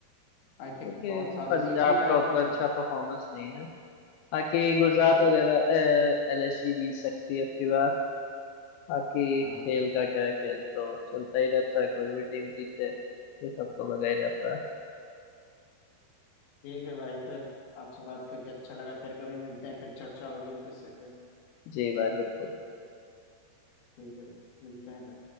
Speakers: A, on the left (about 65°); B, on the left (about 85°).
A: आई थिंक
B: लेकिन
A: बहुत सालों
B: पंजाब
A: एक ही टाइटल
B: का उतना
A: जीत
B: अच्छा परफॉर्मेंस नहीं है बाकी गुजरात
A: नहीं
B: वगैरह एलएसजी जीत सकती है अब की बार बाकी
A: हाँ
B: खेल का क्या है खेल तो चलता ही रहता है कोई भी टीम जीते ये सब तो लगा ही रहता है
A: ठीक है भाई फिर आपसे बात करके अच्छा लगा फिर कभी मिलते हैं फिर चर्चा होगी इस विषय पे
B: जी भाई बिल्कुल
A: ठीक है मिलते हैं